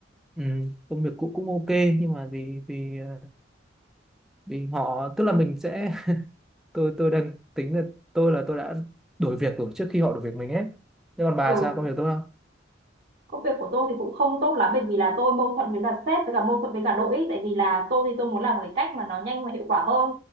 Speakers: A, in the centre; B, on the right.
A: ừ, công việc cũ cũng ok nhưng mà vì vì ờ, vì họ tức là mình sẽ <laughs> tôi tôi đang tính là tôi là tôi đã đuổi việc rồi trước khi họ đuổi việc mình ấy thế còn bà
B: Ừ.
A: sao công việc tốt không
B: công việc của tôi thì cũng không tốt lắm bởi vì là tôi mâu thuẫn với cả sếp với cả mâu thuẫn với cả đội tại vì là tôi thì tôi muốn làm một cái cách mà nó nhanh và hiệu quả hơn